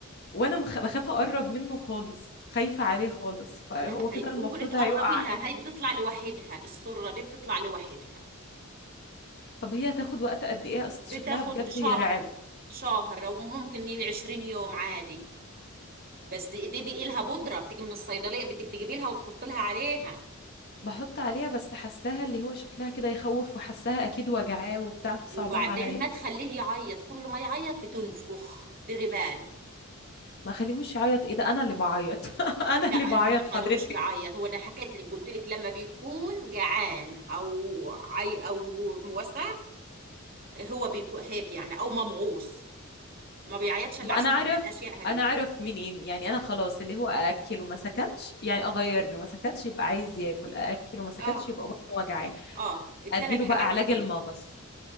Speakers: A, on the left; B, on the right.
A: وانا مخ- بخاف اقرب منه خالص خايفه عليه خالص فهو
B: لا
A: كده
B: هي
A: المفروض
B: اوعي تقربي
A: هيقع
B: لها
A: امتى
B: هي بتطلع لوحدها السره دي بتطلع لوحدها
A: طب هي هتاخد وقت قد ايه اصل
B: بتاخد
A: شكلها بجد
B: شهر
A: يرعب
B: شهر او ممكن 20 يوم عادي بس دي بيقي لها بودره بتيجي من الصيدليه بدك تجيبي لها وتحط لها عليها
A: بحط عليها بس حاساها اللي هو شكلها كده يخوف وحاساها اكيد وجعاه وبتاع فصعبان
B: وبعدين
A: عليا
B: ما تخليه يعيط كل ما يعيط بتنفخ ديري بالك
A: ما خليهوش يعيط ايه ده انا اللي بعيط <laughs> انا اللي
B: لا انت
A: بعيط
B: ما تخليهوش
A: حضرتك
B: يعيط هو انا حكيت لك قلت لك لما بيكون جعان او عي او موسخ هو بيكون هيك يعني او ممغوص ما بيعيطش الا
A: طب انا
B: عشان
A: اعرف
B: الثلاث اشياء هدول
A: انا اعرف منين يعني انا خلاص اللي هو ااكله ما سكتش يعني اغير له ما سكتش يبقى عايز ياكل ااكله ما سكتش
B: اه
A: يبقى بطنه وجعاه
B: اه الثلاث
A: اديله
B: حاجات
A: بقى علاج
B: هدول
A: المغص